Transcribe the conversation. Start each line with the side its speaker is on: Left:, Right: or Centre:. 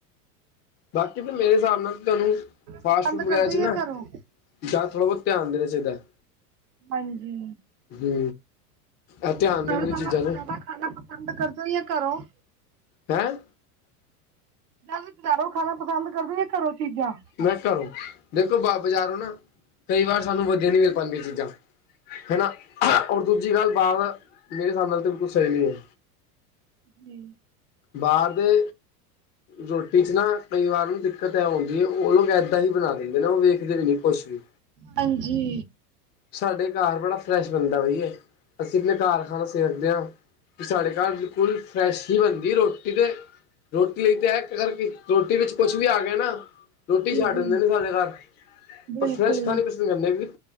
Left: ਬਾਕੀ ਤੇ ਮੇਰੇ ਹਿਸਾਬ ਨਾਲ ਤੁਹਾਨੂੰ ਫਾਸਟ
Right: ਪਸੰਦ
Left: ਫੂਡ ਵਗੈਰਾ
Right: ਕਰਦੇ
Left: ਚ
Right: ਹੀ
Left: ਨਾ
Right: ਆ ਘਰੋਂ
Left: ਜਾਂ ਥੋੜ੍ਹਾ ਬਹੁਤ ਧਿਆਨ ਦੇਣਾ ਚਾਹੀਦਾ ਹੈ।
Right: ਹਾਂਜੀ
Left: ਹੁੰ
Right: ਤੁਸੀਂ
Left: ਇਹ ਧਿਆਨ
Right: ਬਜ਼ਾਰੋਂ
Left: ਦੇਨ ਵਾਲੀ
Right: ਖਾਣਾ
Left: ਚੀਜ਼ਾਂ ਦੇ
Right: ਜ਼ਿਆਦਾ ਖਾਣਾ ਪਸੰਦ ਕਰਦੇ ਏ ਘਰੋਂ।
Left: ਹੈਂ।
Right: ਬਜਾਰੋਂ ਖਾਣਾ ਪਸੰਦ ਕਰਦੇ ਜਾਂ ਘਰੋਂ ਚੀਜ਼ਾਂ
Left: ਮੈਂ ਘਰੋਂ ਦੇਖੋ ਬ ਬਜ਼ਾਰੋ ਨਾ ਕਈ ਵਾਰ ਸਾਨੂੰ ਵਧੀਆ ਨੀ ਮਿਲ ਪਾਂਦੀ ਚੀਜ਼ਾਂ ਹਨਾ। ਔਰ ਦੂਜੀ ਗੱਲ ਬਾਅਦ ਮੇਰੇ ਹਿਸਾਬ ਨਾਲ ਤੇ ਬਿਲਕੁਲ ਸਹੀ ਐ।
Right: ਜੀ
Left: ਬਾਹਰ ਦੇ ਰੋਟੀ 'ਚ ਨਾ ਕਈ ਵਾਰ ਨੂੰ ਦਿੱਕਤ ਇਹ ਹੁੰਦੀ ਜੀ ਉਹ ਲੋਕ ਇੱਦਾਂ ਹੀ ਬਣਾ ਦਿੰਦੇ ਨਾ ਉਹ ਵੇਖਦੇ ਵੀ ਨਹੀਂ ਕੁਛ ਵੀ
Right: ਹਾਂਜੀ।
Left: ਸਾਡੇ ਘਰ ਬੜਾ ਫਰੈਸ਼ ਬਣਦਾ ਬਈਏ ਅਸੀਂ ਘਰ ਖਾਣਾ ਸੇ ਸਕਦੇ ਹਾਂ ਕਿ ਸਾਡੇ ਘਰ ਬਿਲਕੁਲ ਫਰੈਸ਼ ਹੀ ਬਣਦੀ ਰੋਟੀ ਤੇ ਰੋਟੀ ਲਈ 'ਤੇ ਐ ਇਕ ਕਰਕੇ ਰੋਟੀ ਵਿੱਚ ਕੁਛ ਵੀ ਆ ਗਿਆ ਨਾ ਰੋਟੀ
Right: ਜੀ
Left: ਛੱਡ
Right: ਜੀ
Left: ਦਿੰਦੇ ਨੇ ਸਾਡੇ ਘਰ ਪਰ
Right: ਬਿਲਕੁਲ
Left: ਫਰੈਸ਼ ਖਾਣੀ ਪਸੰਦ ਕਰਦੇ ਕਿਉਕ